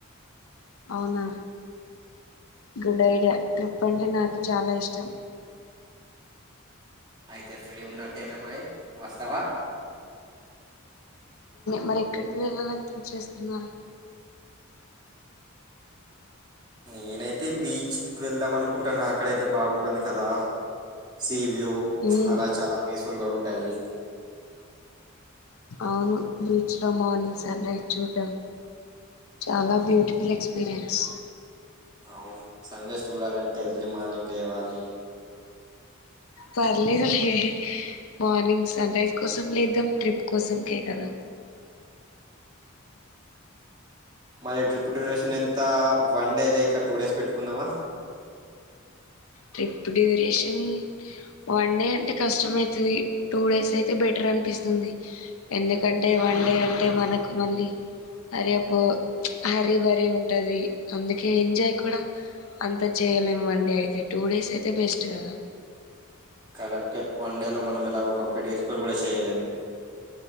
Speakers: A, on the left; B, on the right.
A: అవునా గుడ్ ఐడియా ట్రిప్ అంటే నాకు చాలా ఇష్టం.
B: అయితే ఫ్రీ ఉన్నట్టేనా మరి వస్తావా?
A: మరి ఎక్కడికి వెళ్ళాలని ఫిక్స్ చేస్తున్నారు.
B: నేనైతే బీచ్కి వెళ్దాం అనుకుంటాను. అక్కడయితే బాగుంటుంది కదా. ఈవ్యూ
A: మ్మ్
B: అలా చాలా పీస్ఫుల్ గా ఉంటుంది.
A: అవును బీచ్లో మార్నింగ్ సన్ రైజ్ చూడటం చాలా బ్యూటిఫుల్ ఎక్స్పీరియన్స్.
B: అవును సన్ రైజ్ చూడాలంటే ఎర్లీ మార్నింగ్ లేవాలి.
A: పర్లేదు లే మార్నింగ్ సన్ రైజ్ కోసం లేద్దాం ట్రిప్ కోసంకే కదా
B: మరి ట్రిప్ డ్యూరేషన్ ఎంత వన్ డే లేక టూ డేస్ పెట్టుకుందామా.
A: ట్రిప్ డ్యూరేషన్ వన్ డే అంటే కష్టమ అయితది. టూ డేస్ అయితే బెటర్ అనిపిస్తుంది. ఎందుకంటే వన్ డే అంటే మనకు మళ్ళీ హరియప్ హరి బరి ఉంటుంది. అందుకే ఎంజాయ్ కూడా అంత చేయలేము వన్ డే అయితే టూ డేస్ అయితే బెస్ట్ కదా
B: కరెక్ట్ వన్ డే లో మనం ఎలా కంప్లీట్ ఎక్స్ప్లోర్ కూడా చేయలేము.